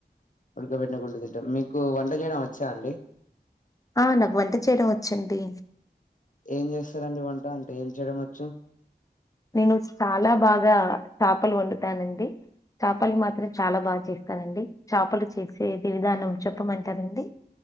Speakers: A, on the left; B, on the left.
A: ఉడకబెట్న గుడ్డు తంటాం మీకు వంట చేయడం వచ్చా అండి
B: ఆ నాకు వంట చేయడం వచ్చండి
A: ఏం చేస్తారండి వంట అంటే ఏం చేయడం వచ్చు
B: నేను చాలా బాగా తాపలు వండుతానండి చాపలు మాత్రం చాలా బాగా చేస్తానండి చాపలు చేసేది విధానం చెప్పమంటారండి